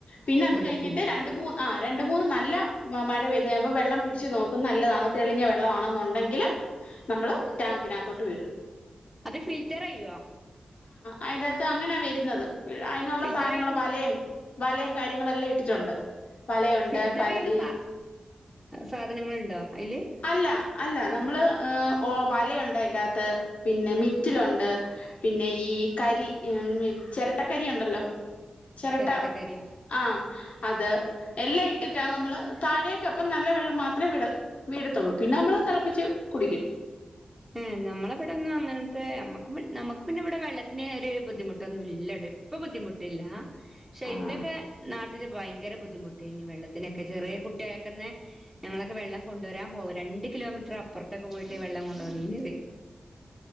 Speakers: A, on the left; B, in the centre.
A: പിന്നെ അത്
B: വിടത്തില്ല
A: കഴിഞ്ഞിട്ട് രണ്ട് മൂന്ന് ന നല്ല മഴ പെയ്ത് കഴിയുമ്പോ വെള്ളം പിടിച്ചച്ച് നോക്കും നല്ലതാണോ തെളിഞ്ഞ വെള്ളം ആണോ എന്നുണ്ടെങ്കിൽ. നമ്മള് ടാങ്കിനകത്തോട്ട് വിടും.
B: അത് ഫിൽറ്റർ ചെയ്യോ?
A: അതിന്റെ കത്ത് അങ്ങനെയ വരുന്നത് അതിനുള്ള
B: ഫിൽറ്റർ
A: സാധനങ്ങൾ
B: ചെയ്യണ
A: വലയും വലയും. കാര്യങ്ങളെല്ലാം ഇട്ടിട്ടുണ്ട്. വലയുണ്ട്
B: ഫിൽറ്റർ
A: കള്ളി
B: ചെയ്യണ സാ സാധനങ്ങളുണ്ടോ അതില്
A: അല്ല. അല്ല നമ്മള് ഓ വലയുണ്ട് അതിന്റകത്ത് പിന്നെ മിറ്റിലുണ്ട് പിന്നെ ഈ ഈ കരി ചെരട്ട. ചട്ട കരി ഉണ്ടല്ലോ ചിരട്ട
B: ചിരട്ടക്കരി
A: ആ അത്. എല്ലാം ഇട്ടിട്ടാ നമ്മള് താഴേക്കപ്പം നല്ല വെള്ളം മാത്രമേ വിട വീഴത്തുള്ളൂ പിന്നെ നമ്മള് തിളപ്പിച്ച്. കുടിക്കും.
B: ഏ നമ്മളെ ഇവിടെന്നും അങ്ങനത്തെ നമ്മക്ക് നമ്മക്ക്. പിന്നെ ഇവി ടെ വെള്ളത്തിന് ഒരു ബുദ്ധിമുട്ടൊന്നുല്ലട്ടോ ഇപ്പൊ ബുദ്ധിമുട്ടില്ല. പക്ഷെ
A: ആഹ്
B: ഇന്റെക്കെ നാ ട്ടില് ഭയങ്കര ബുദ്ധിമുട്ട് ഏനി വെള്ളത്തിനൊക്കെ ചെറിയ കുട്ടിയ ആയെക്കന്ന ഞങ്ങളൊക്കെ വെള്ളം കൊണ്ടുവരാ പോവും രണ്ട്. രണ്ട് കിലോമീറ്റർ അപ്പുറത്തൊക്കെ പോയിട്ട് വെള്ളം കൊണ്ടുവന്നീനത്